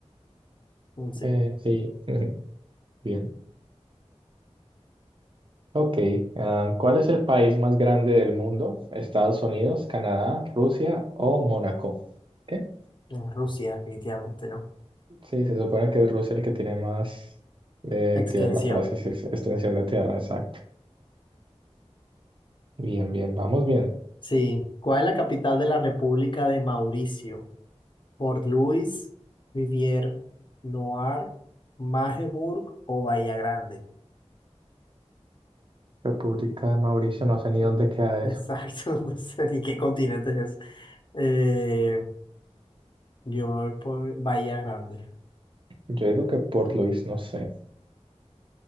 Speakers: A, on the left; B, on the right.
A: Mm, Sí,
B: Eh, sí, <laughs> bien. Ok, ah, ¿cuál es el país más grande del mundo? ¿Estados Unidos, Canadá, Rusia o Mónaco? ¿Qué?
A: en Rusia, definitivamente, ¿no?
B: Sí, se supone que es Rusia el que tiene más eh,
A: Extensión.
B: tierra, por así decirse, extensión de tierra, exacto. Bien, bien, vamos bien.
A: Sí, ¿cuál es la capital de la República de Mauricio? ¿Port Louis, Rivière Noire, Magdeburg o Bahía Grande?
B: República de Mauricio, no sé ni dónde
A: Mm,
B: queda
A: Exacto,
B: eso.
A: <laughs> no sé ni qué continente es. Eh, yo me voy por Bahía Grande.
B: Yo digo que Port Louis, no sé.